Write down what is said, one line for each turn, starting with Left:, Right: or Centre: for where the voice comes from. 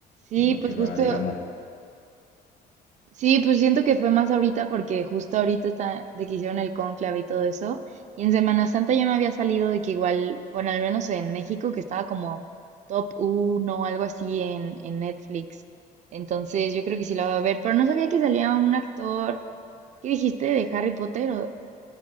Right: Sí,
Left: en lo
Right: pues
Left: que va,
Right: justo
Left: digamos.
Right: Sí, pues siento que fue más ahorita porque justo ahorita está de que hicieron el cónclave y todo eso. Y en Semana Santa ya me había salido de que igual, bueno, al menos en México, que estaba como top uno o algo así en, en Netflix. Entonces yo creo que sí la voy a ver, pero no sabía que salía un actor. ¿Qué dijiste de Harry Potter? o-